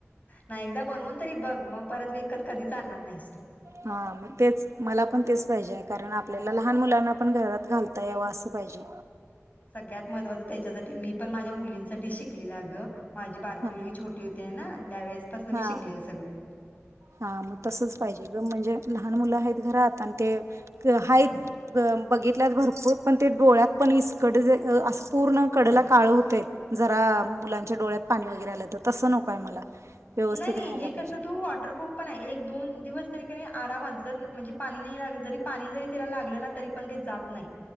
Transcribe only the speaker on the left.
नाही एकदा बनवून तरी बघ मग परत विकत कधीच आणणार नाहीस तू.
सगळ्यात महत्त्वाचं त्याच्यासाठी मी पण माझ्या मुलींसाठी शिकलेलं अगं माझी बारकी
मुलगी छोटी होती आहे ना त्यावेेळेस पासून
मी शिकले सगळे.
नाही-नाही
हे
कसं तू वॉटरप्रूफ पणाय एक-दोन दिवस तरी कणी आरामात जर म्हणजे पाणी नाही लागलं जरी पाणी जरी त्याला लागलं ना तरी पण ते जात नाही.